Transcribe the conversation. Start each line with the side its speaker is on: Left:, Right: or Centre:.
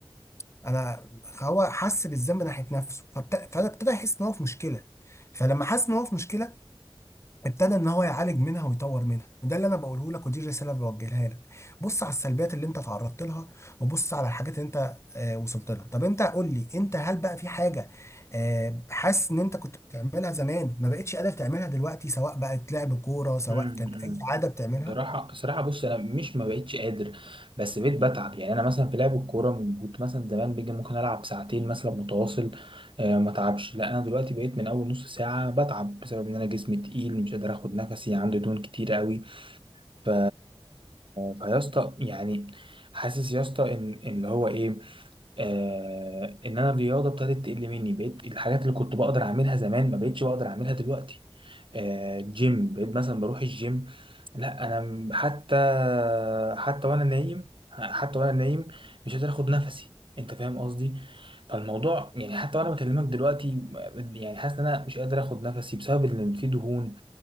Left: فانا هو حس بالذنب ناحيه نفسه فبت- فابتدى يحس ان هو في مشكله فلما حس ان هو في مشكله ابتدى ان هو يعالج منها ويطور منها وده اللي انا بقوله لك ودي الرساله اللي بوجهها لك بص على السلبيات اللي انت تعرضت لها وبص على الحاجات اللي انت آه، وصلت لها طب انت قول لي انت هل بقى في حاجه آه، حاسس ان انت كنت بتعملها زمان ما بقتش قادر تعملها دلوقتي سواء بقت لعب كوره سواء
Right: امم
Left: كانت اي عاده بتعملها
Right: صراحة صراحة بص أنا مش ما بقتش قادر بس بقيت بتعب يعني أنا مثلا في لعب الكورة من كنت مثلا زمان بيجي ممكن ألعب ساعتين مثلا متواصل آه ما تعبش لا أنا دلوقتي بقيت من أول نص ساعة بتعب بسبب إن أنا جسمي تقيل مش قادر آخد نفسي عندي دهون كتير قوي ف فيا اسطى يعني حاسس يا اسطى إن إن اللي هو إيه آه إن أنا الرياضة ابتدت تقل مني بقيت الحاجات اللي كنت بقدر أعملها زمان ما بقتش بقدر أعملها دلوقتي آه، جيم بقيت مثلا بروح الجيم لا انا م- حتى حتى وانا نايم حتى وانا نايم مش قادر اخد نفسي انت فاهم قصدي فالموضوع يعني حتى وانا بكلمك دلوقتي يعني حاسس ان انا مش قادر اخد نفسي بسبب ان في دهون